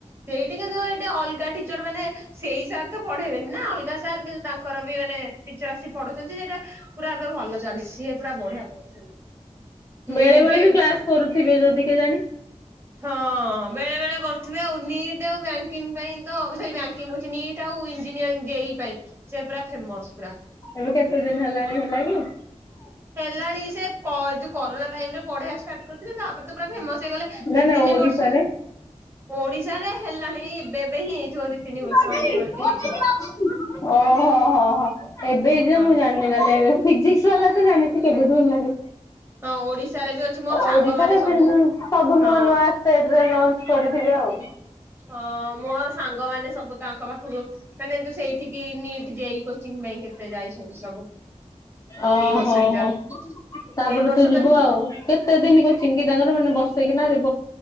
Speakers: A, on the right (about 20°); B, on the left (about 30°).
A: ସେଇଠି କିନ୍ତୁ ଏଇଟେ ଅଲଗା ଟିଚର ମାନେ ସେଇ ହିସାବରେ ତ ପଢେଇବେ। ନା ଅଲଗା ସାର୍ କିନ୍ତୁ ତାଙ୍କର ବି ମାନେ ଟିଚର ଆସି ପଢଉଛନ୍ତି ସେଟା ପୁରା ଏବେ ଭଲ ଚାଲିଛି। ସିଏ ପୁରା ବଢିଆ କରୁଛନ୍ତି। ନିଟ୍,
B: ବେଳେ ବେଳେ ବି କ୍ଲାସ କରୁଥିବେ ଯଦି କେଜାଣି।
A: ହଁ ବେଳେ ବଳେ କର ଥିବେ ଆଉ ନିଟ୍ ଆଉ ବ୍ୟାଙ୍କିଙ୍ଗ ପାଇଁ ତ ସେ ବ୍ୟାଙ୍କିଙ୍ଗ କହୁଛି ନିଟ୍ ଆଉ ଇନ୍ ଇଞ୍ଜିନିୟରିଙ୍ଗ, ଜେଇ ପାଇଁ ସେ ପୁରା ଫେମସ ପୁରା।
B: ଏବେ କେତେ ଦିନ <unintelligible> <inaudible>
A: ହେଲାଣି ସେ କ କରୋନା ଟାଇମ ରେ ପଢେଇବା ଷ୍ଟାର୍ଟ କରିଥିଲେ ତାପରେ ତ ପୁରା ଫେମସ ସେ କହିଲେ
B: ନା
A: ଦି
B: ନା
A: ତିନି
B: ଓଡିଶାରେ
A: ବର୍ଷ ଓଡିଶ ଓଡ଼ିଶାରେ ହେଲାଣି ଏବେ ଏବେ ହିଁ ହେଇଥିବ ଯଦି
B: <unintelligible>
A: ତିନି ବର୍ଷ ହେଇଥିବ ହେଇଥିବ
B: ଓହୋ ହଁ ହଁ ଏବେ ଯେ
A: ହଁ।
B: ମୁଁ ଜାଣିନି ତାହେଲେ ଏବେ ଫିଜିକ୍ସ ବାଲା ତ ଜାଣିଛେ କେବେୁଠୁ ହେଲାନି
A: ହଁ ଓଡିଶାରେ ବି ଅଛି ମୋର ସାଙ୍ଗମାନେ
B: ଓଡିଶାରେ ଏବେ
A: ସବୁ
B: ସବୁ
A: ହଁ
B: ନୂଆ ନୂଆ ଷ୍ଟେଟ୍ ରେ ଲଞ୍ଚ କରିିଥିବେ ଆଉ
A: ହଁ ମୋର ସାଙ୍ଗମାନେ ସବୁ ତାଙ୍କ ପାଖକୁ ମାନେ ଯୋଉ ସେଇଠିକି ନିଟ୍ ଜେଇ କୋଚିଂ ପାଇଁ କେତେ ଯାଇଛନ୍ତି ସବୁ
B: ଓହୋ
A: ଏଇ ବର୍ଷ
B: ହୋ
A: ଏକ୍ଜାମ
B: ହୋ ତାପରେ
A: ଏଇ ବର୍ଷ
B: ତୁ ଯିବୁ
A: ତ
B: ଆଉ କେତେ ଦିନ କଚିଂ ତାଙ୍କର ମାନେ ବର୍ଷେଇକି ନା ଦେବି